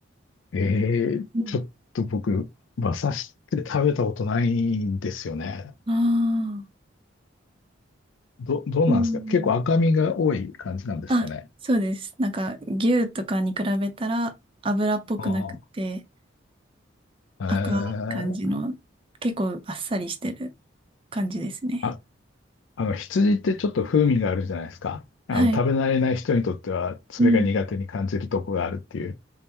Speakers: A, on the left (about 75°); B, on the right (about 25°).
A: ええちょっと僕、
B: うん。
A: 馬刺しって食べたことないんですよね。
B: ああ。
A: ど、どうなんですか結構赤身が多い感じなんですかね。
B: うんあ、そうです。なんか牛とかに比べたら油っぽくなくて
A: ああ、ええ、
B: 赤い感じの結構あっさりしてる感じですね。
A: あ、あの、羊ってちょっと風味があるじゃないですか。あの、
B: はい。
A: 食べ慣れない人にとっては、それが苦手に感じるとこがあるっていう。
B: うん。